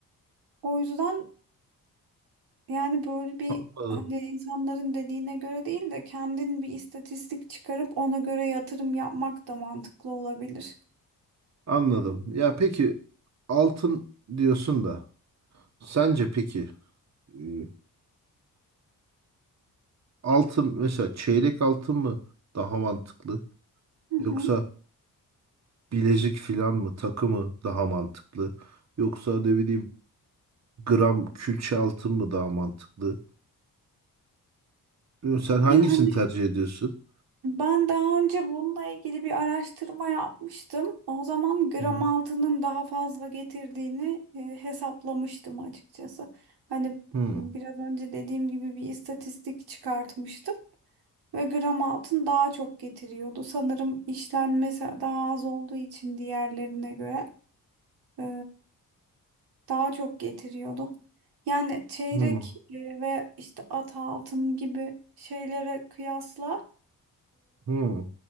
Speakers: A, on the right; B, on the right.
A: o yüzden yani böyle bir
B: Anladım.
A: hani insanların dediğine göre değil de kendin bir istatistik çıkarıp ona göre yatırım yapmak da mantıklı olabilir.
B: Anladım. Ya peki altın diyorsun da sence peki e, altın mesela çeyrek altın mı daha mantıklı
A: Hı
B: yoksa
A: hı.
B: bilezik filan mı takı mı daha mantıklı yoksa ne bileyim gram külçe altın mı daha mantıklı? Bilmiyorum, sen hangisini
A: Yani
B: tercih ediyorsun?
A: Ben daha önce bununla ilgili bir araştırma yapmıştım. O zaman gram
B: Hı
A: altının daha fazla getirdiğini e, hesaplamıştım açıkçası. Hani
B: hı
A: biraz önce dediğim gibi bir istatistik çıkartmıştım ve gram altın daha çok getiriyordu. Sanırım işlenmesi daha az olduğu için diğerlerine göre e, daha çok getiriyordu. Yani çeyrek
B: hı
A: e, ve işte at altın gibi şeylere kıyasla
B: hı.